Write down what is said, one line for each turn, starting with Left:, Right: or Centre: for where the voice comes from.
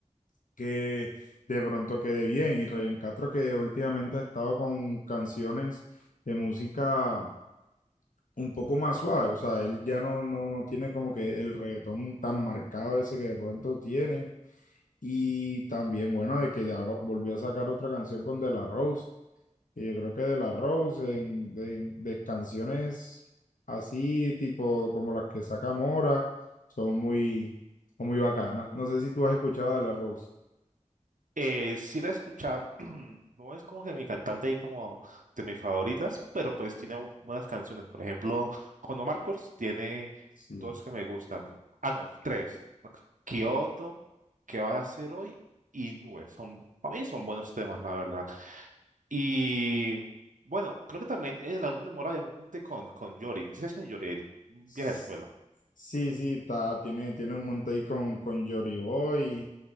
Left: que de pronto quede bien. Y Ryan Castro que últimamente ha estado con canciones de música un poco más suave. O sea, él ya no, no, no tiene como que el reggaetón tan marcado ese que de pronto tiene. Y también, bueno, de que ahora volvió a sacar otra canción con De La Rose que yo creo que de la Rose, en, de, de canciones así, tipo como las que saca Mora, son muy, son muy bacanas. No sé si tú has escuchado de la Rose.
Right: Eh, sí la he escuchado, <clears throat> no es como que mi cantante y como de mis favoritas, pero pues tiene bu- buenas canciones. Por ejemplo, con Omar Courtz tiene
Left: Sí.
Right: dos que me gustan. Ah, no, tres. Kyoto, ¿Qué vas a hacer hoy? Y Nube. Son, para mí son buenos temas, la verdad. Y bueno, creo que también en el álbum de Mora hay un junte con, con Yori. ¿Sí sabes quién es Yori? El Vieja
Left: sí.
Right: escuela.
Left: Sí, sí, está, tiene, tiene un junto ahí con, con Jory Boy,